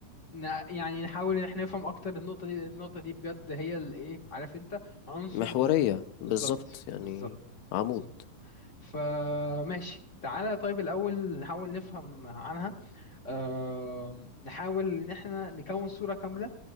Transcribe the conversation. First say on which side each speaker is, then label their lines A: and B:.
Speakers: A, on the left (about 40°); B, on the left (about 80°).
A: ن- يعني نحاول ان احنا نفهم اكتر النقطة دي لأن النقطة دي بجد هي الايه عارف انت عنصر
B: محورية
A: من
B: بالظبط
A: بالظبط
B: يعني
A: بالظبط
B: عمود
A: بالظبط فماشي تعالى طيب الاول نحاول نفهم عنها أه... نحاول ان احنا نكون صورة كاملة